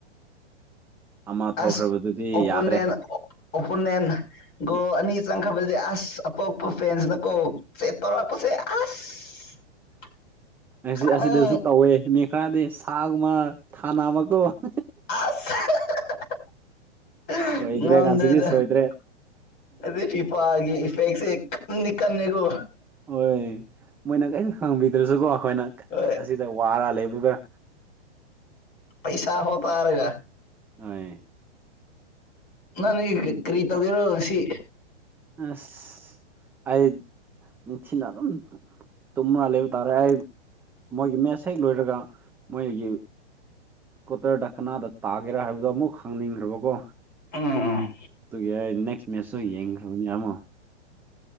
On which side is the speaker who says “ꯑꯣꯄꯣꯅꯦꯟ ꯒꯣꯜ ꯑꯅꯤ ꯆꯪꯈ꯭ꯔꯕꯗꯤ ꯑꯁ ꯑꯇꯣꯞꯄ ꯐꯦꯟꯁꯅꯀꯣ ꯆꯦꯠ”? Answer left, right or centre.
Left